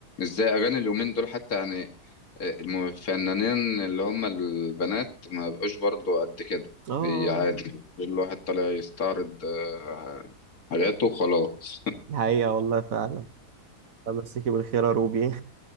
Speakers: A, on the left; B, on the right.
A: زي أغاني اليومين دول حتى يعني الفنانين اللي هم البنات ما بقوش برضو قد كده
B: اه
A: هي عادي كل واحد طالع يستعرض آه، حاجاته وخلاص
B: دي حقيقه والله فعلا الله يمسيكي بالخير يا روبي